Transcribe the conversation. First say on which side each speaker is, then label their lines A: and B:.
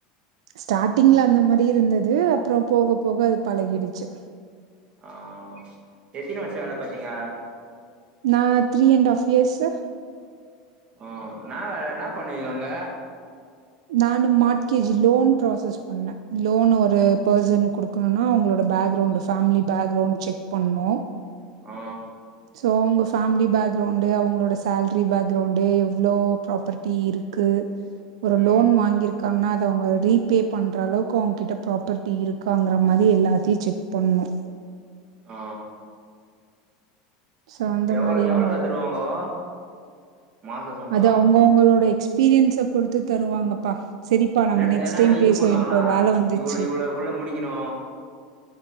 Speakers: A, on the right (about 85°); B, on the right (about 35°).
A: ஸ்டாட்டிங்ல அந்த மாரி இருந்துது அப்புற போக போக அது பழகிடிச்சு
B: ஆ எத்தினி வருஷ வேல பாத்திங்க
A: நா த்ரீ அண்ட் ஆஃப் இயர்ஸு
B: ஓ என்னா வேல என்னா பண்ணுவிங்க அங்க
A: நானு மாட்கேஜி லோன் ப்ராசஸ் பண்ண லோன் ஒரு பர்சன்க் குடுக்கணுனா அவுங்ளோட பேக்ரவுண்ட் ஃபேமிலி பேக்ரவுண்ட் செக் பண்ணு
B: ஆ
A: ஸோ உங்க ஃபேமிலி பேக்ரௌண்டு அவங்ளோட சேலரி பேக்ரௌண்டு எவ்ளோ ப்ராப்பர்ட்டி இருக்கு ஒரு
B: ம்
A: லோன் வாங்கிருக் காங்னா அத அவுக ரீபே பண்ற அளவுக்கு அவுங்க கிட்ட ப்ராப்பர்டி இருக்காங்ற மாரி எல்லாத்தையு செக் பண் ணு
B: ஆ
A: ஸோ அந்த
B: எவளோ
A: மாரிங்கம்
B: எவளக்கா தருவாங்கோ மாச சம்பளோ
A: அது அவங்கவங்களோட எக்ஸ்பீரியன்ஸ பொறுத்து தருவாங்கப்பா சரிப்பா நம்ம
B: இல்ல
A: நெக்ஸ்ட்
B: ஏன்னா
A: டைம்
B: இது
A: பேசுவ
B: பண்ணுவாங்களா
A: எனக்கொரு வேல வந்துர்ச்சு
B: இவ்ளோ இவ்ளோக்குள்ள முடிக்கணு